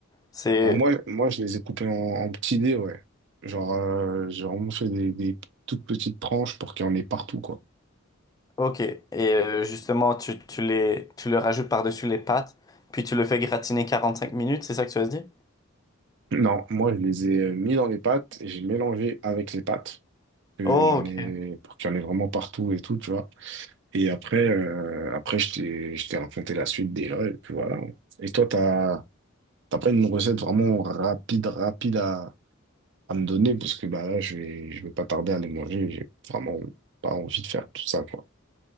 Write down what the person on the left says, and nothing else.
C'est
OK. Et euh, justement, tu, tu les, tu le rajoutes par-dessus les pâtes, puis tu le fais gratiner 45 minutes, c'est ça que tu as dit?
Oh,
OK.